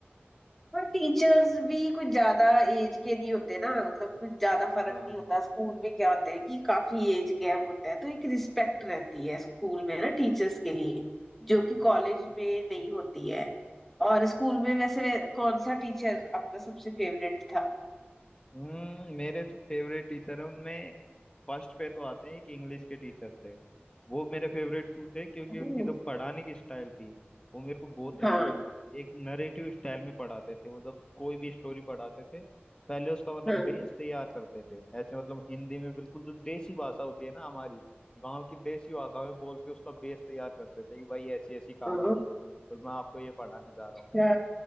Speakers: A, in the centre; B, on the left.
A: और टीचर्स भी कुछ ज्यादा एज के नहीं होते ना मतलब कुछ ज्यादा फर्क
B: हाँ
A: नहीं होता स्कूल में क्या होता है कि काफी एज गैप होता है तो एक रिस्पेक्ट रहती है स्कूल में ना टीचर्स के लिए
B: बिल्कुल
A: जो कि कॉलेज में नहीं होती है और स्कूल में वैसे कौन सा टीचर आपका सबसे फेवरेट था
B: हम्म मेरे जो फेवरेट टीचर हैं उनमें फर्स्ट पे तो आते हैं एक इंग्लिश के टीचर थे वो मेरे फेवरेट क्यों थे क्योंकि
A: ओ
B: उनकी जो पढ़ाने की स्टाइल थी वो मेरे को बहुत अच्छी
A: हाँ
B: लगती थी एक नरेटिव स्टाइल में पढ़ाते थे वो जब कोई भी स्टोरी पढ़ाते थे पहले उसका मतलब
A: हाँ
B: बेस तैयार करते थे ऐसे मतलब हिंदी में बिल्कुल जो देसी भाषा होती है ना हमारी गांव की देसी भाषा में बोल के उसका बेस तैयार करते थे कि भाई ऐसी ऐसी कहानी
A: ओ
B: है और मैं आपको ये पढ़ाने जा
A: अच्छा
B: रहा हूँ